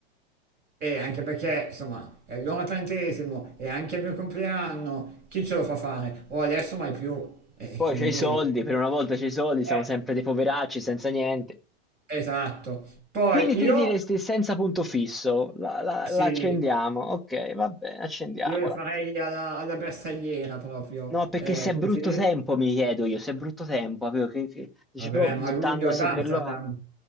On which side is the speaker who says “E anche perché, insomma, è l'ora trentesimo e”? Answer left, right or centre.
Right